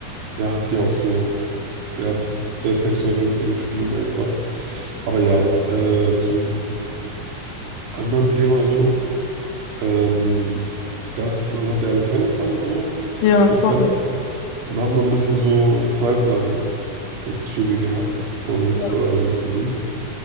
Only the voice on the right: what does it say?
ja, hat die auch so Der ist sehr sexuell mit denen geschrieben einfach. Aber ja, äh, zum anderen Thema so. Ähm, das, das hat ja alles angefangen so,
der Skandal.
Und da hat man ein bisschen so Zweifel an jetzt Jimmy gehabt und
äh, also Mr. Beast.